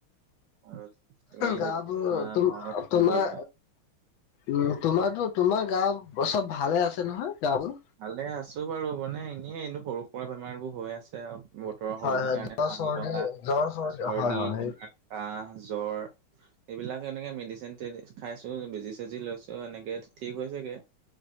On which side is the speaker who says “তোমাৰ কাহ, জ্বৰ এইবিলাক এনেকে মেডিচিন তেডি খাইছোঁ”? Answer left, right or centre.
Right